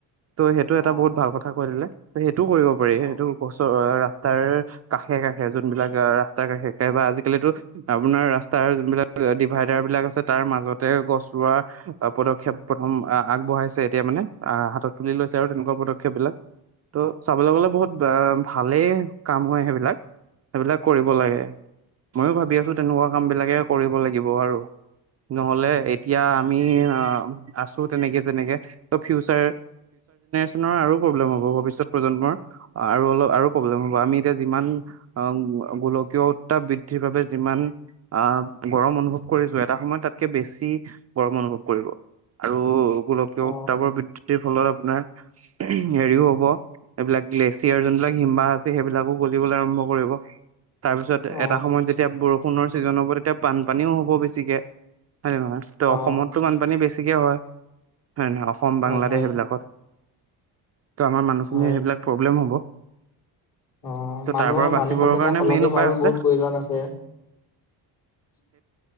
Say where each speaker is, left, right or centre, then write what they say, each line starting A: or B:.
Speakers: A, on the right; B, on the left.
A: ত' সেইটো এটা
B: অ
A: বহুত ভাল কথা কৈ দিলে ত সেইটোও কৰিব পাৰি
B: অ
A: সেইটো গছৰ ৰাস্তাৰ কাষে কাষে যোনবিলাক ৰাস্তাৰ কাষেবা আজিকালিতো আপোনাৰ ৰাস্তাৰ যোনবিলাক ডিভাইডাৰ বিলাক আছে তাৰ মাজতে গছ ৰোৱা পদক্ষেপ প্ৰথম আগবঢ়াইছে এতিয়া মানে আহ হাতত তুলি লৈছে আৰু তেনেকুৱা পদক্ষেপ সেইবিলাক ত চাবলৈ গলে বহুত ভালেই কাম হয় সেইবিলাক, সেইবিলাক কৰিব লাগে ময়ো ভাবি আছো তেনেকুৱা কাম বিলাকে কৰিব লাগিব আৰু নহলে এতিয়া আমি আছো তেনেকে যেনেকে ত ফিউচাৰ আৰু প্ৰব্লেম হ'ব ভৱিষ্যত প্ৰজন্মৰ আৰু অলপ আৰু প্ৰব্লেম হ'ব আমি যে যিমান অ গোলকীয় উত্তাপ বৃদ্ধি বৃদ্ধিৰ যিমান আহ গৰম অনুভৱ কৰিছো এটা সময়ত তাতকে বেছি গৰম অনুভৱ কৰিব আৰু গোলকীয়
B: অ
A: উত্তাপৰ বৃদ্ধিৰ ফলত আপোনাৰ উম। হেৰিও হব এইবিলাক গ্লেছিয়াৰ যোনবিলাক হিম্বাহ আছে সেইবিলাকো গলিবলৈ আৰম্ভ কৰিব তাৰপিছত
B: অ
A: এটা সময়ত যেতিয়া বৰ ষুণৰ ছিজন হ'ব তেতিয়া বানপানীও হ'ব বেছিকে। হয় নে নহয় ত'
B: অ
A: অসমতটো বানপানী বেছি বেছি কে হয়। হয়নে নহয় অসম বাংলাদেশ
B: হয় হয়
A: সেইবিলাকত ত' আমাৰ মানুহখিনিৰ
B: হয়
A: সেইবিলাক প্ৰব্লেম হ'ব।
B: অ
A: ত
B: মানুহৰ
A: তাৰ পৰা বাচিবৰ
B: মানসিকতা
A: কাৰণে
B: সলনি
A: মেইন উপায়
B: হোৱাৰো
A: হৈছে
B: বহুত প্ৰয়োজন আছে।